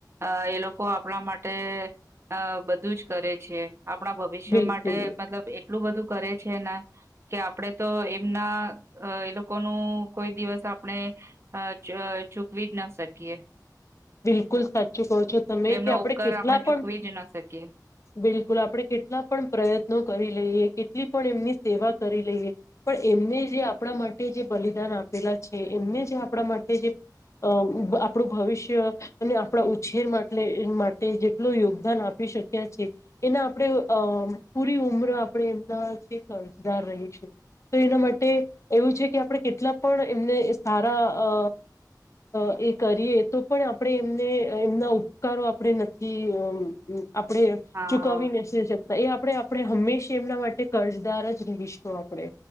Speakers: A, on the right (about 35°); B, on the left (about 45°).
A: અ એ લોકો આપણા માટે અ બધું જ કરે છે. આપણા ભવિષ્ય
B: બિલકુલ
A: માટે મતલબ એટલું બધું કરે છે ને કે આપડે તો એમના એ લોકો નું કોઈ દિવસ આપણે અ જ ચૂકવી જ ના શકીએ.
B: બિલકુલ સાચું કહો છો તમે
A: એમનો
B: કે આપડ
A: ઉપકાર
B: કેટલા
A: આપણે ચૂકવી
B: પણ
A: જ ના શકીએ.
B: બિલકુલ લ આપણે કેટલા પણ પ્રયત્નો કરી લઈએ કેટલી પણ એમની સેવા કરી લઈએ પણ એમને જે આપણા માટે જે બલિદાન આપેલા છે એમને જે આપણા માટે જે અ આપણું ભવિષ્ય આપણા ઉછેર માટે માટે જેટલ યોગદાન આપી શક્યા છે એના આપણે અ પૂરી ઉમર આપે એમના છે અરજદાર રહી છે. તો એના માટે એવું છે કે આપણે કેટલા પણ એમને સારા અ અ એ કરીએ તો પણ આપણે એમને એમના ઉપકારો આપણે નથી આપડણે
A: હા
B: ચુકવવીને એ આપણે આપણે હંમેશા એમના માટે કર્જદાર જ રહીશું આપણે.